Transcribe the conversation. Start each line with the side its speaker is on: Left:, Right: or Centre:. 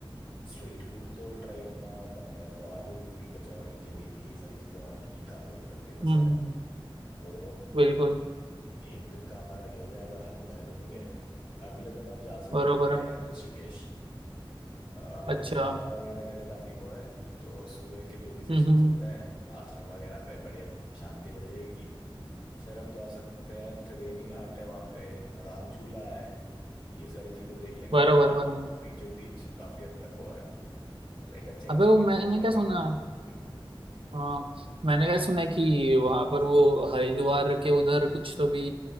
Left: स्ट्रीट फूड तो ट्राई करना बनता है तो आलू पूरी कचौड़ी जलेबी ये सारी चीज़ें वहाँ की काफ़ी हद तक फेमस
Right: हम्म हम्म,
Left: है
Right: हम्म,
Left: तो
Right: बिल्कुल
Left: एक दिन का हमारा ये हो जाएगा हरिद्वार ही रुकेंगे अगले दिन हम जा सकते
Right: बरोबर है
Left: हैं ऋषिकेश अ,
Right: अच्छा
Left: योगा वगैरह के लिए काफ़ी वो है तो सुबह के जो भी सेशंस
Right: हम्म हम्म
Left: होते हैं आश्रम वगैरह पे बढ़िया शांति मिल जाएगी फिर हम जा सकते हैं त्रिवेणी घाट है वहाँ पे राम झूला है ये सारी चीज़ें देख लेंगे
Right: बरोबर
Left: और
Right: बरोबर
Left: बीचों बीच काफ़ी हद तक वो है लाइक अच्छे खासे
Right: अबे वो
Left: व्यूज
Right: मैंने
Left: मिल जाएंगे
Right: क्या सुना
Left: हम्म
Right: हाँ मैंने क्या सुना है कि वहां पर वो हरिद्वार के उधर कुछ तो भी